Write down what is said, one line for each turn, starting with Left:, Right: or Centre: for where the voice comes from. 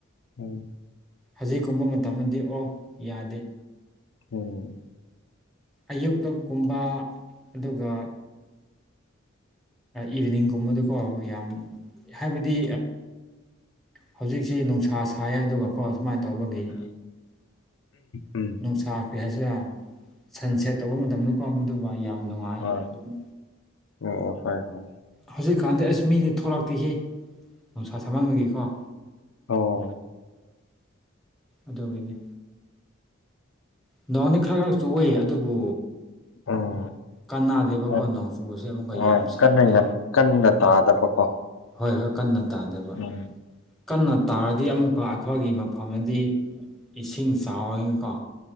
Left: ꯎꯝ
Centre: ꯍꯧꯖꯤꯛꯀꯨꯝꯕ ꯃꯇꯝꯗꯗꯤ ꯑꯣ ꯌꯥꯗꯦ
Left: ꯎꯝ
Centre: ꯑꯌꯨꯛꯇ ꯀꯨꯝꯕ ꯑꯗꯨꯒ ꯏꯚꯤꯅꯤꯡꯒꯨꯝꯕꯗꯀꯣ ꯌꯥꯝ ꯍꯥꯏꯕꯗꯤ ꯍꯧꯖꯤꯛꯁꯤꯦ ꯅꯨꯡꯁꯥ ꯁꯥꯏ ꯑꯗꯨꯒꯀꯣ ꯁꯨꯃꯥꯏꯅ ꯇꯧꯕꯒꯤ
Left: ꯎꯝ ꯎꯝ
Centre: ꯅꯨꯡꯁꯥ ꯀꯔꯤ ꯍꯥꯏꯁꯦ ꯁꯟ ꯁꯦꯠ ꯇꯧꯕ ꯃꯇꯝꯗꯀꯣ ꯃꯗꯨꯃ ꯌꯥꯝ ꯅꯨꯡꯉꯥꯏꯕ
Left: ꯍꯣꯏ
Centre: ꯑꯗꯨꯅ
Left: ꯑꯣ ꯍꯣꯏ ꯍꯣꯏ
Centre: ꯍꯧꯖꯤꯛꯀꯥꯟꯗꯤ ꯑꯁ ꯃꯤꯗꯤ ꯊꯣꯛꯂꯛꯇꯦꯍ ꯅꯨꯡꯁꯥ ꯁꯍꯟꯕꯒꯤꯀꯣ
Left: ꯑꯣ
Centre: ꯑꯗꯨꯒꯤꯅꯤ ꯅꯣꯡꯅꯤ ꯈꯔ ꯈꯔꯁꯨ ꯑꯣꯏꯦ ꯑꯗꯨꯕꯨ
Left: ꯎꯝ
Centre: ꯀꯅꯥꯗꯦꯕꯀꯣ
Left: ꯑꯣ
Centre: ꯅꯣꯡꯆꯨꯁꯦ ꯑꯃꯨꯛꯀ
Left: ꯍꯣꯏ
Centre: ꯌꯥꯝ ꯁꯥꯏꯌꯦꯕ
Left: ꯀꯟꯅ ꯌꯥꯝ ꯀꯟꯅ ꯇꯥꯗꯕꯀꯣ
Centre: ꯍꯣꯏ ꯍꯣꯏ ꯀꯟꯅ ꯇꯥꯗꯕ
Left: ꯎꯝ
Centre: ꯀꯟꯅ ꯇꯥꯔꯗꯤ ꯑꯃꯨꯛꯀ ꯑꯩꯈꯣꯏꯒꯤ ꯃꯐꯝꯗꯗꯤ ꯏꯁꯤꯡ ꯆꯥꯎꯋꯅꯤꯀꯣ